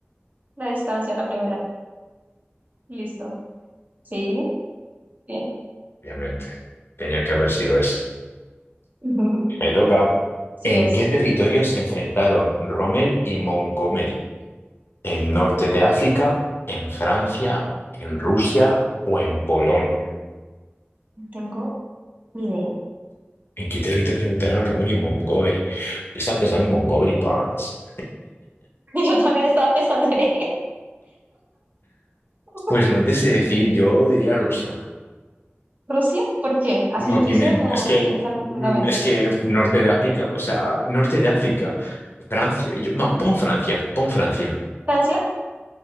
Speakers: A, on the right; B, on the left.
A: La distancia, la primera. Listo. Sí, bien.
B: obviamente. Tenía que haber sido eso.
A: <laughs>
B: Me toca.
A: Sigues.
B: ¿En qué territorio se enfrentaron Rommel y Montgomery? ¿En norte de África, en Francia, en Rusia o en Polonia?
A: No tengo ni idea.
B: ¿En qué territorio invitaron Rommel y Montgomery? Yo estaba pensando en Montgomery Burns.
A: <laughs> Yo también estaba pensando en él. <laughs>
B: Pues no te sé decir, yo diría Rusia.
A: ¿Rusia? ¿Por qué? ¿Así
B: No
A: intuición
B: tienen,
A: o
B: es que,
A: tienes
B: mm,
A: algún fundamento?
B: es que norte de África, o sea, norte de África, Francia, yo- no, pon Francia, pon Francia.
A: ¿Francia?